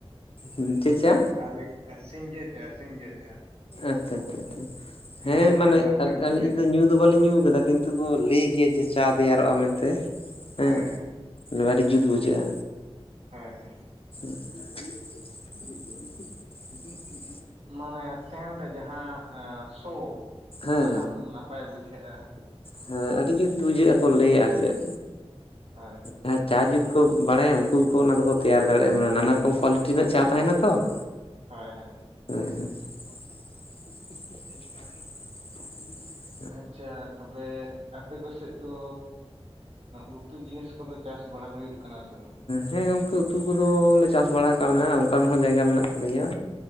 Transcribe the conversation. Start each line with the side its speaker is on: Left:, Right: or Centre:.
Left: ᱦᱩᱸ ᱪᱮᱫ ᱪᱟ?
Right: ᱟᱞᱮ ᱥᱤᱸᱡᱮ ᱪᱟ ᱥᱤᱸᱡᱮ ᱪᱟ᱾
Left: ᱟᱪᱪᱷᱟ ᱟᱪᱪᱷᱟ ᱟᱪᱪᱷᱟ, ᱦᱮᱸ
Right: ᱱᱚᱣᱟ ᱦᱟᱸᱜ
Left: ᱢᱟᱱᱮ
Right: ᱱᱟᱯᱟᱭ ᱵᱩᱡᱷᱟᱹᱜᱼᱟ
Left: ᱤᱧ ᱫᱚ ᱧᱩ ᱫᱚ ᱵᱟᱹᱞᱤᱧ ᱧᱩ ᱠᱟᱫᱟ ᱠᱤᱱᱛᱩ ᱠᱚ ᱞᱟᱹᱭ ᱜᱮᱭᱟ ᱡᱮ ᱪᱟ ᱛᱮᱭᱟᱨᱚᱜᱼᱟ ᱢᱮᱱᱛᱮ, ᱦᱮᱸ
Right: ᱦᱳᱭ ᱦᱳᱭ
Left: ᱟᱹᱰᱤ ᱡᱩᱛ ᱵᱩᱡᱷᱟᱹᱜᱼᱟ᱾
Right: ᱦᱳᱭ ᱦᱳᱭ
Left: <unintelligible> <unintelligible>
Right: ᱢᱟᱱᱮ ᱥᱮᱱᱰ ᱡᱟᱦᱟᱸ ᱥᱚ
Left: ᱦᱮᱸ
Right: ᱚᱱᱟ ᱦᱟᱸᱜ ᱱᱟᱯᱟᱭ ᱵᱩᱡᱷᱟᱹᱜᱼᱟ ᱾
Left: ᱦᱮᱸ ᱟᱹᱰᱤ ᱡᱩᱛ ᱵᱩᱡᱷᱟᱹᱜ ᱟᱠᱚ ᱞᱟᱹᱭᱟ ᱟᱨ ᱪᱮᱫ
Right: ᱦᱳᱭ ᱦᱳᱭ
Left: ᱦᱮᱸ᱾ ᱪᱟ ᱡᱩᱛ ᱠᱚ ᱵᱟᱲᱟᱭᱟ ᱩᱱᱠᱩ ᱜᱮ ᱠᱚ ᱚᱱᱟ ᱫᱚᱠᱚ ᱛᱮᱭᱟᱨ ᱫᱟᱲᱮᱭᱟᱜᱼᱟ ᱢᱟᱱᱮ ᱱᱟᱱᱟ ᱨᱚᱠᱚᱢ ᱠᱳᱣᱟᱞᱤᱴᱤ ᱨᱮᱱᱟᱜ ᱪᱟ ᱛᱟᱸᱦᱮᱱᱟ ᱛᱚ ᱾
Right: ᱦᱳᱭ ᱦᱳᱭ᱾
Left: <unintelligible>
Right: ᱟᱪᱪᱷᱟ ᱛᱚᱵᱮ ᱟᱯᱮ ᱠᱚ ᱥᱮᱫ ᱫᱚ ᱩᱛᱩ ᱡᱤᱱᱤᱥ ᱠᱚᱫᱚ ᱪᱟᱥ ᱵᱟᱲᱟ ᱦᱩᱭᱩᱜ ᱠᱟᱱᱟ ᱥᱮ ᱵᱟᱝ?
Left: ᱦᱮᱸ ᱜᱚᱝᱠᱮ ᱩᱛᱩ ᱠᱚᱫᱚᱞᱮ ᱪᱟᱥ ᱵᱟᱲᱟ ᱠᱟᱣᱱᱟ ᱚᱱᱠᱟ ᱨᱮᱦᱚᱸ ᱡᱟᱭᱜᱟ ᱢᱮᱱᱟᱜ ᱛᱟᱞᱮᱭᱟ᱾